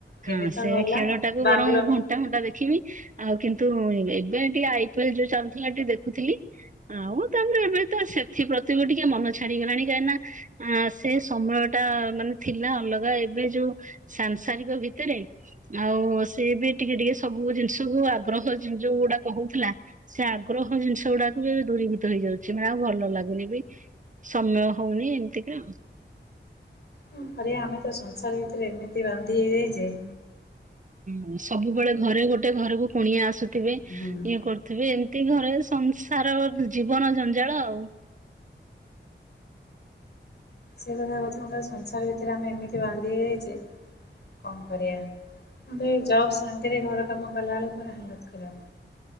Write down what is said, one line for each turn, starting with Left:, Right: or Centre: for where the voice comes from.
Right: ହଁ
Left: ଏବେ ତ
Right: ସେ
Left: ଗଲା
Right: ଖେଳ ଟାକୁ
Left: ବାଙ୍ଗଲୋର
Right: ବରଂ ଘଣ୍ଟା ଘଣ୍ଟା ଦେଖିବି ଆଉ କିନ୍ତୁ ଏବେ ଟିକେ ଆଇ ପିଏଲ ଯୋଉ ଚାଲୁ ଥିଲା ଟିକେ ଦେଖୁଥିଲି। ଆଉ ତାପରେ ଏବେ ତ ସେଥି ପ୍ରତିବି ଟିକେ ମନ ଛାଡିଗଲାଣି କାହିଁକି ନା ଆ ସେ ସମୟ ଟା ମାନେ ଥିଲା ଅଲଗା ଏବେ ଯୋଉ ସାଂସାରିକ ଭିତରେ ଆଉ ସିଏ ବି ଟିକେ ଟିକେ ସବୁ ଜିନିଷ ସବୁ ଆଗ୍ରହ ଯୋଉ ଗୁଟା କହୁଥିଲା। ସେ ଆଗ୍ରହ ଜିନିଷ ଗୁଡାକୁ ବି ଦୂରୀଭୂତ ହେଇଯାଉଛି ମାନେ ଆଉ ଭଲ ଲାଗୁନି ବି। ସମୟ ହଉନି ଏମତିକା ଆଉ।
Left: କଣ କରିବା ଆମେ ତ ସଂସାର ଭିତରେ ଏମିତି ବାନ୍ଧି ହେଇଯାଇଚେ
Right: ହୁଁ ସବୁବେଳେ ଘରେ ଗୋଟେ ଘରକୁ କୁଣିଆ ଆସୁଥିବେ ଇଏ
Left: ହୁଁ
Right: କର ଥିବେ ଏମିତି ଘରେ ସଂସାର ଜୀବନ ଜଞ୍ଜାଳ ଆଉ।
Left: ସେ କଥା କଥା କ ସଂସାର ଭିତରେ ଆମେ ଏମିତି ବାନ୍ଧି ହେଇଯାଇଛେ। କଣ କରିବା ମୋତେ ଜବ୍ ସାଙ୍ଗରେ ଘର କାମ କଲାବେଳକୁ ପୁରା ହାଲତ ଖରାପ।